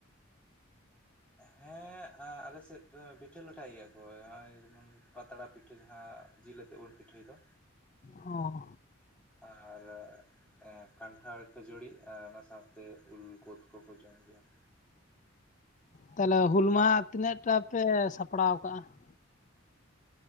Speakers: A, in the centre; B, on the left (about 35°).
A: ᱦᱮᱸ ᱟ ᱟᱞᱮᱥᱮᱫ ᱫᱚ ᱯᱤᱴᱷᱟᱹ ᱞᱟᱴᱷᱟᱭ ᱜᱮᱭᱟ ᱠᱚ ᱱᱚᱜᱼᱚᱭ ᱡᱮᱢᱚᱱ ᱯᱟᱛᱲᱟ ᱯᱤᱴᱷᱟᱹ ᱡᱟᱦᱟᱸ ᱡᱤᱞ ᱟᱛᱮ ᱵᱚᱱ ᱯᱤᱴᱷᱟᱹᱭ ᱫᱚ
B: ᱦᱚᱸ
A: ᱟᱨ ᱟᱨ ᱠᱟᱱᱴᱷᱟᱲ ᱠᱟᱹᱡᱟᱹᱲᱤ ᱟᱨ ᱚᱱᱟ ᱥᱟᱶᱛᱮ ᱩᱞᱠᱩ ᱠᱚᱠᱚᱸ ᱡᱚᱢ ᱜᱮᱭᱟ ᱾
B: ᱛᱟᱦᱚᱸᱞᱮ ᱦᱩᱞ ᱢᱟᱦᱟᱸ ᱛᱤᱱᱟᱹᱜ ᱴᱟ ᱯᱮ ᱥᱟᱯᱲᱟᱣ ᱠᱟᱜᱼᱟ ᱾